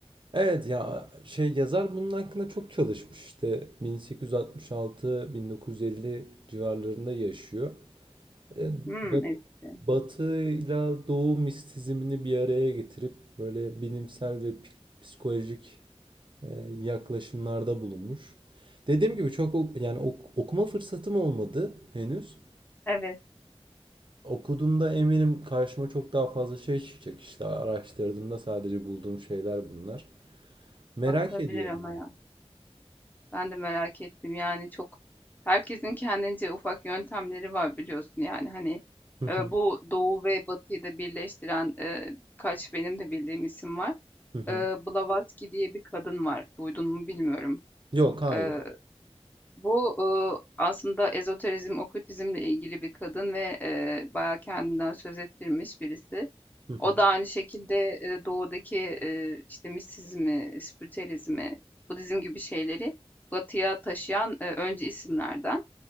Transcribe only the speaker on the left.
Hımm,
ettim.
Evet,
bakılabilir
ama ya. Ben de merak ettim, yani, çok herkesin kendince ufak yöntemleri var biliyorsun, yani, hani,
eee, bu Doğu ve Batı'yı da birleştiren, eee, birkaç benim de bildiğim isim var.
Eee, Blavatsky diye bir kadın var. Duydun mu bilmiyorum.
Eee, bu, ııı, aslında ezoterizm, okültizmle ilgili bir kadın ve, eee, bayağı kendinden söz ettirmiş birisi.
O da aynı şekilde, eee, doğudaki, eee, işte, mistisizmi, spiritüelizmi, budizm gibi şeyleri batıya taşıyan, eee, öncü isimlerden.